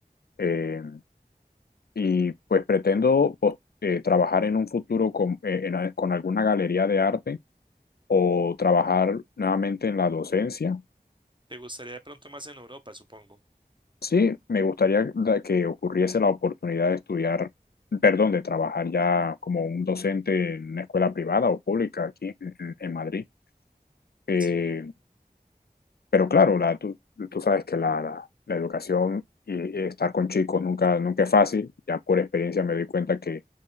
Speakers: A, on the left (about 85°); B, on the right (about 30°).
A: eh, y pues pretendo pos- eh, trabajar en un futuro con, eh, en a- con alguna galería de arte o trabajar nuevamente en la docencia
B: te gustaría de pronto más en Europa, supongo.
A: Sí, me gustaría da- que ocurriese la oportunidad de estudiar, perdón, de trabajar ya como un docente en una escuela privada o pública aquí en, en- en Madrid. Eh,
B: Sí.
A: pero claro, la, tú, tú sabes que la, la, la educación y, y estar con chicos nunca, nunca es fácil. Ya por experiencia me doy cuenta que